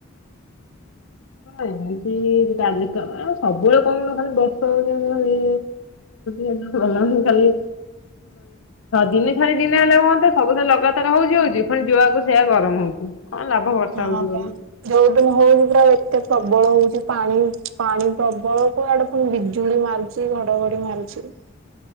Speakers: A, on the left; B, on the right.
A: ଏମିତି କାଲି ସବୁବେଳେ କଣ ଗୋଟେ ଖାଲି ବର୍ଷା ହଉଚି <unintelligible> <unintelligible> ଭଲ ଲାଗୁନି ଖାଲି ଦିନେ ଛାଡି ଦିନେ ହେଲେ ମଧ୍ୟ ସବୁଥର ଲଗାତର ହଉଛି ହଉଛି, ପୁଣି ଯୁଆକୁ ସେଇଆ ଗରମ ହଉଛି। କଣ ଲାଭ ବର୍ଷା
B: ହଁ
A: ହଉଛି ବୋଲି।
B: ବା। ଯୋଉଦିନ ହଉଚି ପୁରା ଏ ପ୍ରବଳ ହଉଛି ପାଣି ପାଣି ପ୍ରବଳକୁ ଆଡେ ପୁଣି ବିଜୁଳି ମାରୁଛି, ଘଡଘଡି ମାରୁଛି। ହ